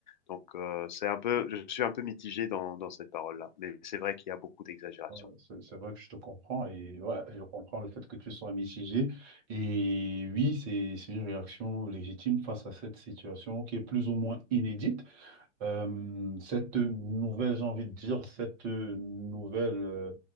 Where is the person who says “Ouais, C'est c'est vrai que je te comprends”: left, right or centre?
Right